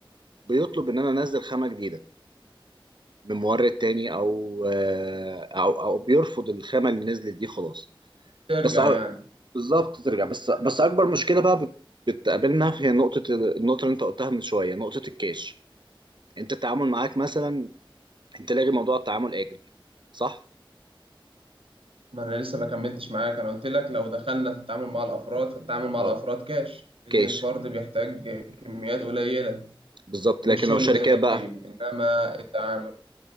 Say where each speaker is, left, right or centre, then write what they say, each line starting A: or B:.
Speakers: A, on the right; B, on the right.
A: بيطلب ان انا انزل خامة جديدة من مورد تاني او آه، او او بيرفض الخامة اللي نزلت دي خلاص
B: ترجع
A: بس أ-
B: يعني
A: بالظبط ترجع بس بس اكبر مشكله بقى بت- بتقابلنا هي نقطه ال- النقطه اللي انت قلتها من شويه نقطه الكاش انت التعامل معاك مثلا انت لاغي موضوع التعامل اجل صح
B: ما أنا لسه ما كملتش معاك أنا قلت لك لو دخلنا في التعامل مع الأفراد فالتعامل مع
A: اه
B: الأفراد كاش إن
A: كاش
B: الفرد بيحتاج كميات قليلة
A: بالظبط
B: ومش
A: لكن
B: شغل
A: لو شركات
B: دايم
A: بقى
B: إنما التعامل